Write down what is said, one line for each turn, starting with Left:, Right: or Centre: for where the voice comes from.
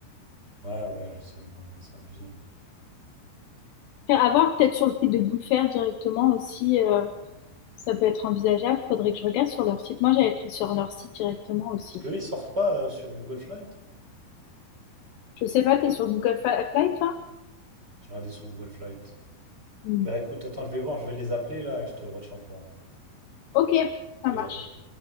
Right: Ouais, ouais, je sais, non, mais c'est abusé. hein.
Left: hein. Après, À voir peut-être sur le site de Goodfair directement aussi, euh, ça peut être envisageable. Faudrait que je regarde sur leur site. Moi, j'avais pris sur leur site directement aussi.
Right: Parce que eux, ils sortent pas euh, sur Google Flight.
Left: Je sais pas, t'es sur Google Fly, Flight, toi?
Right: J'ai regardé sur Google Flight.
Left: Hmm.
Right: Bah écoute, attends, je vais voir, je vais les appeler là et je te retiens au courant.
Left: Ok, ça
Right: Je vais
Left: marche.
Right: les appeler.